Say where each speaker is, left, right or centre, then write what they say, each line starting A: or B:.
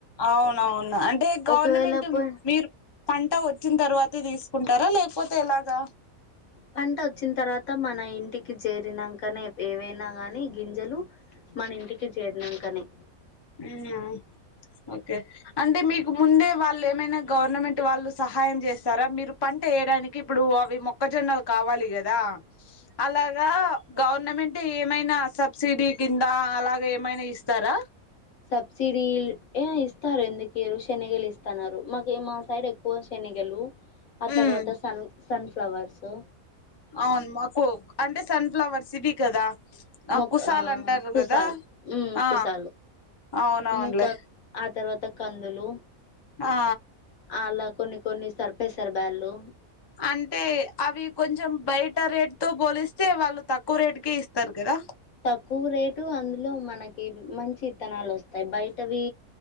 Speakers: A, on the left; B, on the left.
A: అవును అవును అంటే గవర్నమెంట్
B: ఒకవేళ పో
A: మీర్ పంట వచ్చిన తర్వాతే తీసుకుంటారా లేకపోతే ఎలాగా
B: పంట వచ్చిన తర్వాత మన ఇంటికి చేరినంకనే ఏవైనా గాని గింజలు మన ఇంటికి చేరినంకనే.
A: అవ్నా ఓకే అంటే మీకు ముందే వాళ్ళు ఏమైనా గవర్నమెంట్ వాళ్ళు సహాయం చేస్తారా? మీరు పంట వేయడానికి ఇప్పుడు అవి మొక్కజొన్నలు కావాలి కదా. అలాగా గౌ వర్నమెంట్ ఏమైనా సబ్సిడీ కింద అలాగ ఏమైనా ఇస్తారా
B: సబ్సిడీ ఏ ఇస్తారు ఎందుకు ఈయరు శనగలు ఇస్తన్నారు మాకు మా సైడ్ ఎక్కువ శనగలు ఆ తర్వాత
A: ఉమ్
B: స సన్ఫ్లవర్సు
A: అవును మాకు అంటే సన్ఫ్లవర్స్ ఇవి కదా
B: ము
A: కుసాలు
B: ఆ
A: అంటారు
B: కుసాలు
A: కదా ఆ
B: కుసాలు
A: అవునవునులే
B: ముకా ఆ తర్వాత పెద్ద కందులు
A: ఆ
B: అలా కొన్ని కొన్ని సర్పేశారుబాగులు
A: అంటే అవి కొంచెం బయట రేటు తో పోలిస్తే వాళ్ళు తక్కువ రేటుకే ఇస్తారు కదా
B: తక్కువ రేటు అందులో మనకి మంచి విత్తనాలు వస్తాయి బయట అవి